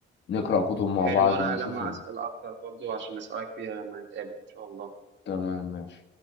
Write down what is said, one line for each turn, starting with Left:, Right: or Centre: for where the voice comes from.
Left: نقرأ كتب مع
Right: حلو
Left: بعض
Right: أنا
Left: نشوف
Right: هجمع أسئلة أكتر برضو عشان أسألك فيها لما نتقابل إن شاء الله
Left: تمام ماشي